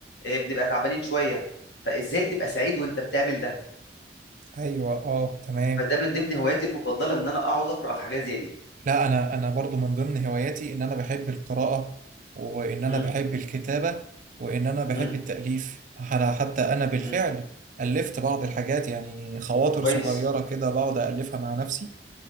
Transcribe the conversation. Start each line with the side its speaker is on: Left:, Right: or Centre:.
Left: آآ بنبقى تعبانين شوية، فإزاي تبقى سعيد وأنت بتعمل ده؟
Right: ايوه اه تمام
Left: فده من ضمن هواياتي المفضلة إن أنا أقعد أقرأ في حاجات زي دي.
Right: لا انا انا برضو من ضمن هواياتي ان انا بحب القراءة وان انا
Left: إمم،
Right: بحب الكتابة وان انا بحب
Left: إمم،
Right: التأليف أنا- حتى انا بالفعل
Left: إمم،
Right: ألفت بعض الحاجات يعني خواطر
Left: كويس.
Right: صغيرة كده بقعد ألفها مع نفسي